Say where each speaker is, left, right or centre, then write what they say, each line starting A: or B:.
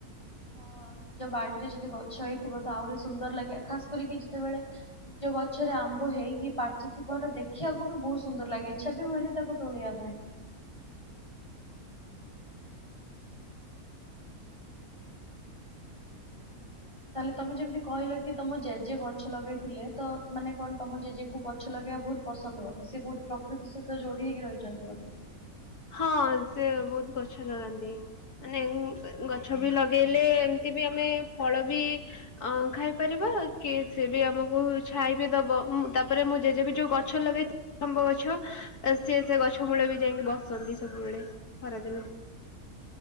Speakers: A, on the left; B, on the left.
A: ହଁ ନିଜ ବାଡିରେ ଯଦି ଗଛ ହେଇଥିବ ତ ଆହୁରି ସୁନ୍ଦର ଲାଗେ ଖାସ କରିକି ଯେତେବେଳେ। ନିଜ ଗଛରେ ଆମ୍ବ ହେଇକି ପାଚିଥିବଟା ଦେଖିବାକୁ ବି ବହୁତ ସୁନ୍ଦର ଲାଗେ ଇଚ୍ଛା ବି ହୁଏନି ତାକୁ ତୋଳିବା ପାଇଁ। ତାହେଲେ ତମେ ଯେମିତି କହିଲ କି ତମ ଜେଜେ ଗଛ ଲଗେଇଥିଲେ ତ ତ୍ ମାନେ କଣ ତମ ଜେଜେଙ୍କୁ ଗଛ ଲଗେଇବା ବହୁତ ପସନ୍ଦ ବୋଧେ ସେ ବହୁତ ପ୍ରକୃତି ସହିତ ଯୋଡି ହେଇକି ରହିଛନ୍ତି ବୋଧେ?
B: ହଁ ସେ ବହୁତ ଗଛ ଲଗାନ୍ତି। ମାନେ ଉଁ ହୁଁ ଗଛ ବି ଲଗେଇଲେ ଏମିତି ବି ଆମେ ଫଳ ବି। ଅଁ ଖାଇପାରିବା କି ସେ ବି ଆମକୁ ଛାଇ ବିି ଦବ ମୁଁ ତାପରେ ମୋ ଜେଜେ ବି ଯୋଉ ଗଛ ଲଗେଇ ଆମ୍ବ ଗଛ ଏ ସେ ସେ ଗଛ ମୂଳେ ବି ଯାଇଙ୍କି ବସନ୍ତି ସବୁବେଳେ ଖରାଦିନେ।